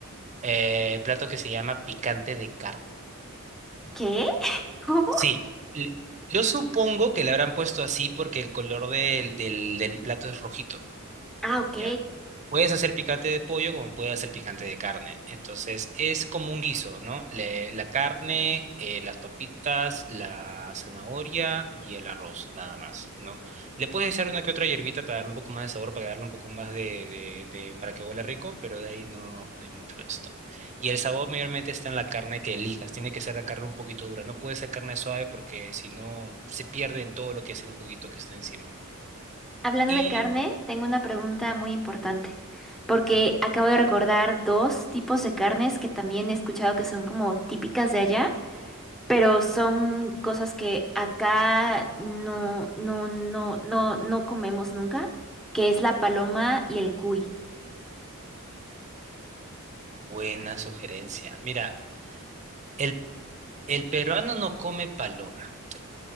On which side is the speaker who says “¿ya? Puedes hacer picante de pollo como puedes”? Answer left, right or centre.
Right